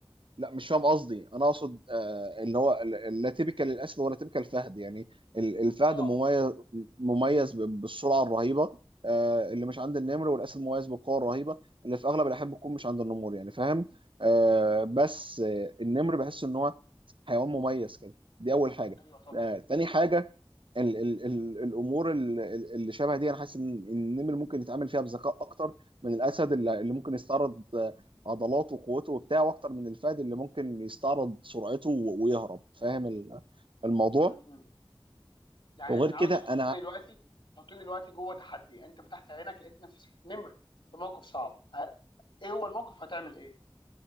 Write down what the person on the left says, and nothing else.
اه
مم.
ايوه طبعا
مم. مم. يعني
انا
عاوزك
تحطني دلوقتي تحطني دلوقتي جوه تحدي انت فتحت عينك لقيت نفسك نمر في موقف صعب آه. ايه هو الموقف هتعمل ايه